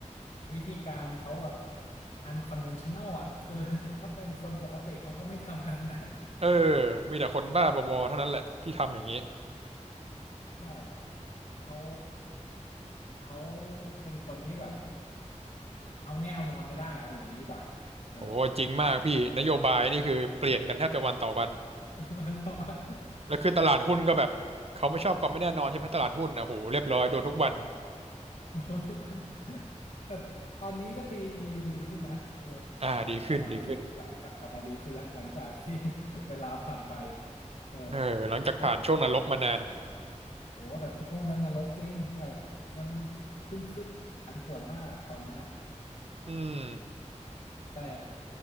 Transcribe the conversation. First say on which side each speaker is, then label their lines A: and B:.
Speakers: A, on the left (about 60°); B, on the right (about 50°).
A: วิธีการเขาแบบ unconventional อะคือ <laughs> ถ้าเป็นคนปกติเขาก็ไม่ทำกันนะ
B: เออมีแต่คนบ้าบอๆเท่านั้นแหละที่ทำอย่างนี้
A: <laughs> แบบเขาเขาเป็นคนที่แบบ เอาแน่เอานอนไม่ได้เอาอย่างนี้ดีกว่าเออ
B: โอ้โหจริงมากพี่นโยบายนี่คือเปลี่ยนกันแทบจะวันต่อวัน
A: <laughs> วันต่อวัน
B: แล้วคือตลาดหุ้นก็แบบเขาไม่ชอบความไม่แน่นอนใช่ไหมตลาดหุ้นนะโหเรียบร้อยโดนทุกวัน
A: <laughs> อ่าอ่า <laughs> โดนทุกวันแต่ตอนนี้ก็ดีดีดีขึ้นนะเออ
B: อ่าดีขึ้นดีขึ้น
A: กลับกลับมาดีกลับกลับกลับมาดีขึ้นแล้วหลังจากที่ <laughs> เวลาผ่านไปเออ
B: เออหลังจากผ่านช่วงนรกมานาน
A: โอ้โอ้แต่ช่วงนั้นนรกจริงแบบมันขึ้นขึ้นผันผวนมากอะตอนนั้นอะ
B: อืม
A: แต่